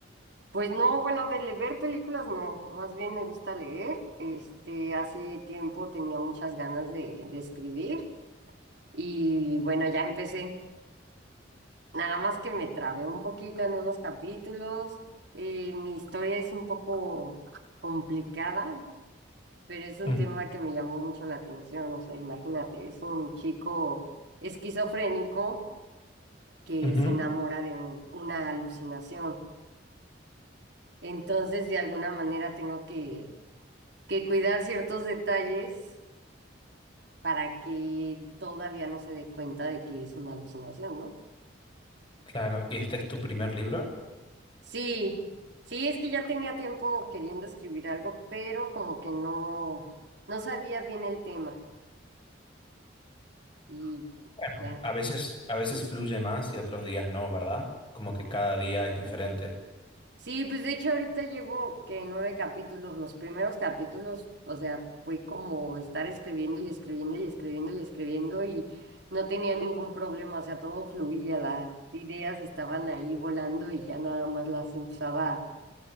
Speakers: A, on the right; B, on the left.
A: Pues no, bueno, de le- ver películas no, más bien me gusta leer. Este, hace tiempo tenía muchas ganas de, de escribir y bueno, ya empecé. Nada más que me trabé un poquito en unos capítulos. eh, mi historia es un poco complicada, pero es un
B: Mm,
A: tema que me llamó mucho la atención. O sea, imagínate, es un chico esquizofrénico que
B: ujú,
A: se enamora de un- una alucinación. Entonces, de alguna manera tengo que, que cuidar ciertos detalles para que todavía no se dé cuenta de que es una alucinación, ¿no?
B: claro. ¿Y este es tu primer libro?
A: Sí, sí, es que ya tenía tiempo queriendo escribir algo, pero como que no, no sabía bien el tema y
B: Bueno,
A: ya.
B: a veces, a veces fluye más y otros días no, ¿verdad? Como que cada día es diferente.
A: Sí, pues de hecho ahorita llevo que nueve capítulos, los primeros capítulos, o sea, fue como estar escribiendo y escribiendo y escribiendo y escribiendo y no tenía ningún problema, o sea, todo fluía, las ideas estaban ahí volando y ya nada más las empezaba